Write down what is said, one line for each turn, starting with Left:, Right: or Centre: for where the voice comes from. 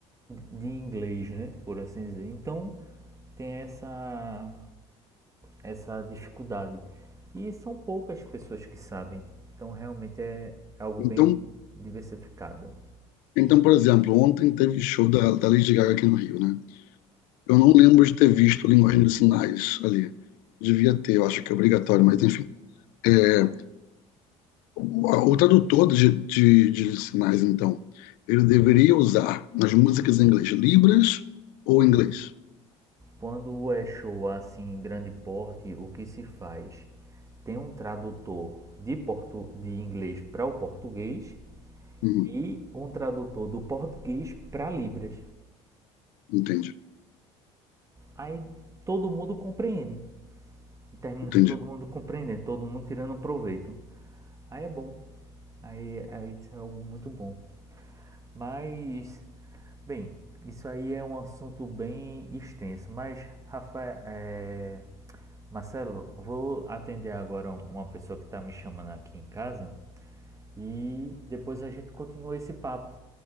Right: de inglês, né? Por assim dizer. Então tem essa, essa dificuldade. E são poucas pessoas que sabem. Então realmente é algo
Left: Então,
Right: bem diversificado.
Left: então, por exemplo, ontem teve show da, da Lady Gaga aqui no Rio, né? Eu não lembro de ter visto a linguagem de sinais ali. Devia ter, eu acho que é obrigatório, mas enfim. É, o tradutor de, de, de sinais, então, ele deveria usar nas músicas em inglês libras ou inglês?
Right: Quando é show assim em grande porte, o que se faz? Tem um tradutor de, portu de inglês para o português
Left: Uhum,
Right: e um tradutor do português para Libras.
Left: entendi,
Right: Aí todo mundo compreende. Termina
Left: entendi.
Right: <laughs> todo mundo compreendendo, todo mundo tirando proveito. Aí é bom. Aí, aí isso é algo muito bom. Mas, bem, isso aí é um assunto bem extenso. Mas, Rafael, é, Marcelo, vou atender agora uma pessoa que está me chamando aqui em casa e depois a gente continua esse papo.